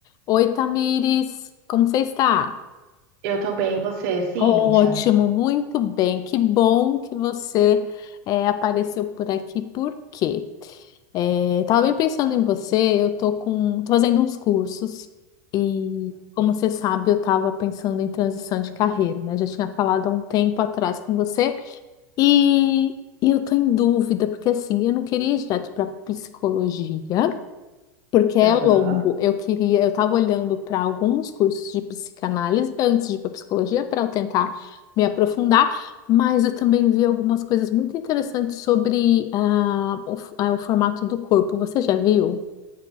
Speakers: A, on the left; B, on the right.
A: Oi, Tamires, como você está?
B: Eu também, você, Cíntia.
A: Ótimo, muito bem. Que bom que você eh, apareceu por aqui. Por quê? Eh, tava bem pensando em você. Eu tô com, tô fazendo uns cursos e, como você sabe, eu estava pensando em transição de carreira, né? Já tinha falado há um tempo atrás com você e, e eu tô em dúvida porque assim, eu não queria ir direto para psicologia. Porque é
B: Aham.
A: longo. Eu queria, eu estava olhando para alguns cursos de psicanálise antes de ir para psicologia para eu tentar me aprofundar, mas eu também vi algumas coisas muito interessantes sobre ah, o, f- ah, o formato do corpo. Você já viu?